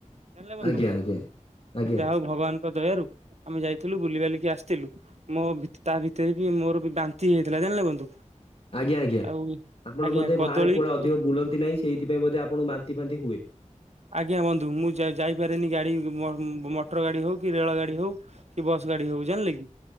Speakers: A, on the right (about 60°); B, on the left (about 50°).
A: ଜାଣିଲେ
B: ଆଜ୍ଞା
A: ବନ୍ଧୁ,
B: ଆଜ୍ଞା ଆଜ୍ଞା
A: ଯାହା ହଉ ଭଗବାନ ଦୟାରୁ ଆମେ ଯାଇଥିଲୁ ବୁଲିିବାଲିକି ଆସିଥିଲୁ ମୋ ଭି ତା ଭିତରେ ବି ମୋର ବି ବାନ୍ତି ହେଇ ଯାଇଥିଲା, ଜାଣିଲେ ବନ୍ଧୁ?
B: ଆଜ୍ଞା ଆଜ୍ଞା
A: ଆଉ
B: ଆପଣ
A: ଆଜ୍ଞା
B: ବୋଧେ
A: କଦଳୀ
B: ବାହାରେ କୁଆଡେ ଅଧିକ ବୁଲନ୍ତି ନାହିଁ ସେଇଥିପାଇଁ ଆପଣଙ୍କୁ ବାନ୍ତି ଫାନ୍ତି ହୁଏ।
A: ଆଜ୍ଞା ବନ୍ଧୁ ମୁଁ ଯାଇ-ଯାଇପାରେନି ଗାଡ଼ି ମ-ମଟର ଗାଡ଼ି ହେଉ କି ରେଳ ଗାଡ଼ି ହେଉ କି ବସ୍ ଗାଡି ହଉ ଜାଣିଲେ କି